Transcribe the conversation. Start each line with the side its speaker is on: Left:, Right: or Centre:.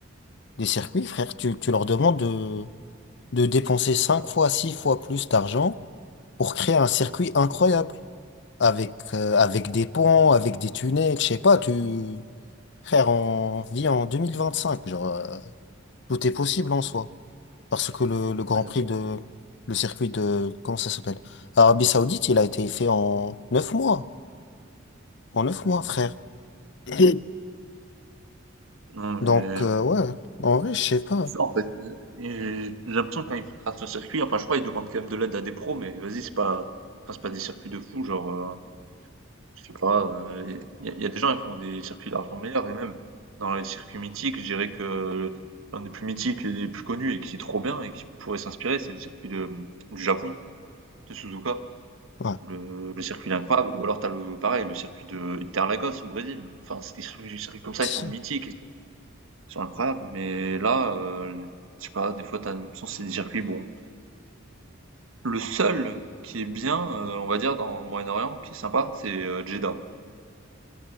Left: Des circuits, frère, tu, tu leur demandes de, de dépenser 5 fois, 6 fois plus d'argent pour créer un circuit incroyable. Avec, euh, avec des ponts, avec des tunnels, je sais pas, tu... Frère, on vit en deux mille vingt cinq genre, euh, tout est possible en soi. Parce que le, le Grand
Right: Ouais, c'est
Left: Prix
Right: ça.
Left: de... Le circuit de... Comment ça s'appelle? Arabie Saoudite, il a été fait en 9 mois. En 9 mois, frère. <clears throat>
Right: Non, mais
Left: Donc, euh, ouais, en vrai, je sais pas.
Right: C'est ça, en fait. Et j'ai l'impression que quand ils tracent le circuit, enfin, je crois ils demandent quand même de l'aide à des pros, mais vas-y, c'est pas, enfin, c'est pas des circuits de fou, genre, euh, je sais pas, euh, il y, a il y a des gens qui font des circuits largement meilleurs, et même dans les circuits mythiques, je dirais que l'un des plus mythiques et des plus connus et qui est trop bien et qui pourrait s'inspirer, c'est le circuit de, du Japon, de Suzuka.
Left: Ouais,
Right: Le, le circuit il est incroyable, ou alors t'as le, pareil, le circuit de Interlagos au Brésil. Enfin, c'est des circuits, des circuits comme ça,
Left: c'est
Right: ils sont mythiques,
Left: ça.
Right: sont incroyables. Mais là, euh, je sais pas, des fois, t'as l'impression que c'est des circuits bons. Le seul qui est bien, euh, on va dire, dans le Moyen-Orient, qui est sympa, c'est euh, Jeddah.